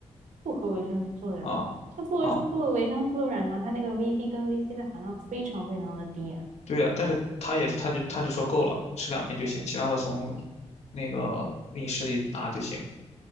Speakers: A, on the right; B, on the left.
A: 复合维生素的软糖，
B: 啊
A: 它复合不合维生素的软糖，
B: 啊，
A: 它那个 VB 跟 VC 的含量非常非常的低啊
B: 对呀、但是他也他就他就说够了，吃两片就行，其他的从那个饮食里拿就行。